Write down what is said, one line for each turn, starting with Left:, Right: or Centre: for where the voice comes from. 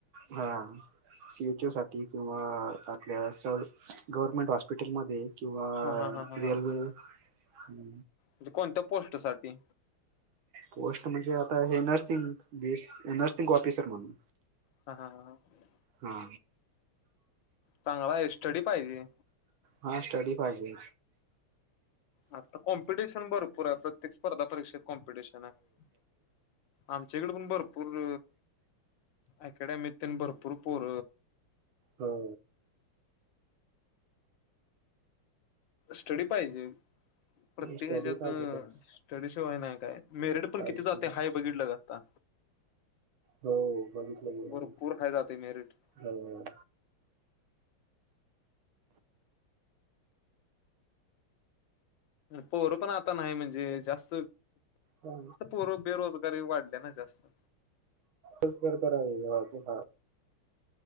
Right: हा सी एचओ साठी किंवा आपल्या स गव्हर्मेंट हॉस्पिटलमध्ये किंवा
Left: हा हा हा हा
Right: रेल्वे
Left: हा
Right: हम
Left: म्हणजे कोणत्या पोस्ट साठी
Right: पोस्ट म्हणजे आता हे नर्सिंग बी नर्सिंग ऑफिसर म्हणून
Left: हा हा ह ह
Right: हा
Left: चांगला आहे स्टडी पाहिजे
Right: हा स्टडी पाहिजे.
Left: आता कॉम्पिटिशन भरपूर आहे प्रत्येक स्पर्धा परीक्षेत कॉम्पिटिशन आहे. आमच्याकड पण भरपूर अकॅडमी भरपूर पोर
Right: हो
Left: स्टडी पाहिजे प्रत्येक
Right: स्टडी
Left: हच्यात
Right: पाहिजे तेच
Left: ्टडीशिवाय नाही काय मेरिट पण
Right: काहीच
Left: किती जाते
Right: नाही
Left: हाय बघितलं का आता
Right: हो बघितलं
Left: भरपूर हाय जाते मेरिट
Right: हो
Left: पोर पण आता नाही म्हणजे जास्त
Right: हो
Left: पूर बेरोजगारी वाढल्या ना जास्त
Right: च बरबर आहेज हा